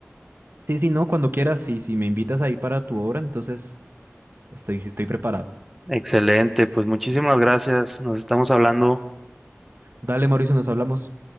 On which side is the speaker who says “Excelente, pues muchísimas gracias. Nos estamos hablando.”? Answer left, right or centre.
Centre